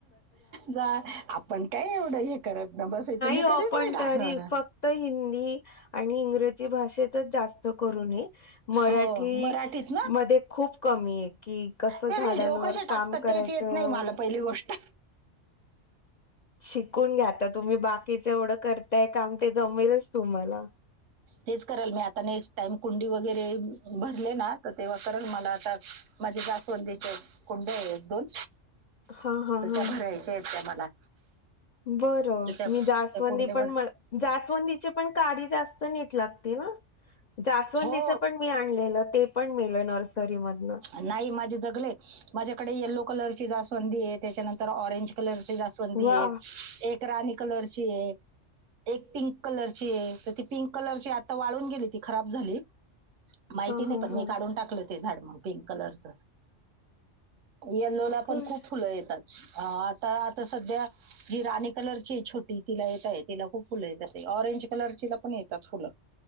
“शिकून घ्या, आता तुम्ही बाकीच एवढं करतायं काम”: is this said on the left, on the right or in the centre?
Left